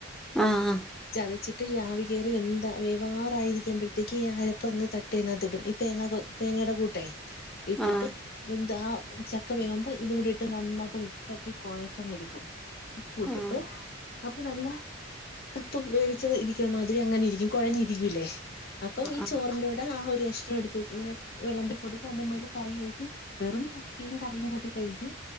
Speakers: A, in the centre; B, on the left.
A: ആഹ്
B: ചതച്ചി ഈയാവി കേറി വെന്താ വേവാറായിരിക്കുമ്പോത്തേക്ക് ഈ ആയപ്പ അങ്ങ് ത തേങ്ങ തിടും ഈ തേങ്ങ കൊ തേങ്ങയുടെ കൂട്ടേ ഇട്ടിട്ട്
A: ആഹ് ആഹ്
B: വെന്താ ആ ചക്ക വേവുമ്പോ ഇത് കൂടിട്ട് നന്നായിട്ട് മിക്സ് ആക്കി കൊഴച്ചങ്ങെടുക്കും. ഉപ്പു ഇട്ടിട്ട്
A: ആഹ്
B: അപ്പൊ നല്ല കപ്പ വേവിച്ചത് ഇരിക്കണ മാതിരി അങ്ങനെ ഇരിക്കും കൊഴഞ്ഞിരിക്കൂലെ? അപ്പം നീ
A: ആഹ്
B: ചോറിന്റെ ഓ ട് ആ ഒരു എഷ്ട്ര എടുത്ത് വെച്ചു ഇങ്ങനെ വെളമ്പി കൊടുത്ത് അയിന്റെ മേല് കറി ഒയിച്ച് വെറും ചക്കയും കറിയും കൂട്ടി കഴിക്കും?